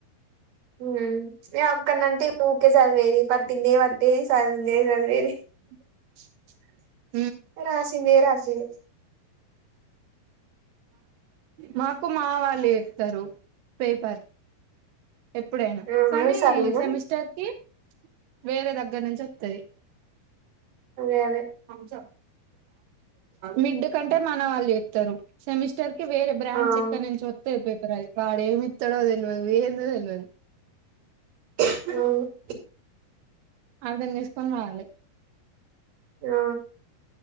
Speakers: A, on the right (about 60°); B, on the right (about 80°).
A: హు <unintelligible> ఊకే సదివేది పట్టిందే పట్టి చదివింది చదివేది
B: <inaudible>
A: రాసింది రాసేది
B: మాకు మా వాళ్ళు ఇస్తారు పేపర్ ఎప్పుడైనా
A: ఆహా
B: కానీ
A: మీ సార్లేనా
B: సెమిస్టర్ కి వేరే దగ్గర నుంచి వత్తాయి
A: అదే అదే
B: <unintelligible> మిడ్ కంటే మన వాళ్ళు చెప్తారు సెమిస్టర్ వేర బ్రాంచ్
A: ఆ
B: ఎక్కడ నుంచి వత్తే ది వాడే మిత్తడో తెల్వదు ఏందో <unintelligible>
A: అవును
B: అర్థం చేసుకొని రావాలి
A: ఆ